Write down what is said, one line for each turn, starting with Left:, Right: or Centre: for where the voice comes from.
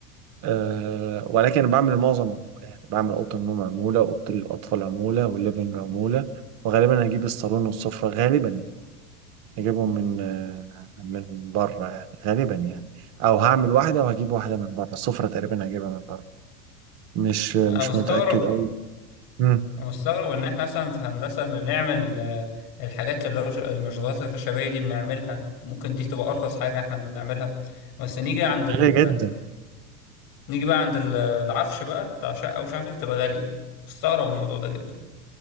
Right: أه ولكن بعمل معظم عمولة، يعني بعمل اوضه النوم عموله واوضه الاطفال عموله والليفنج عموله وغالبا هجيب الصالون والسفره غالبا هجيبهم من آه، من بره يعني غالبا يعني او هعمل واحده وهجيب واحده من بره السفره تقريبا هجيبها من بره مش مش
Left: انا بستغرب
Right: متاكد قوي امم
Left: مستغرب ان احنا مثلا في هندسه بنعمل آه، الحاجات اللي هو ش- المشغولات الخشبيه دي بنعملها ممكن دي تبقى ارخص حاجه احنا بنعملها بس نيجي عند
Right: غاليه
Left: ال...
Right: جدا
Left: نيجي بقى عند ال- العفش بقى بتاع شقه ومش عارف ايه بتبقى غاليه مستغرب الموضوع ده جدا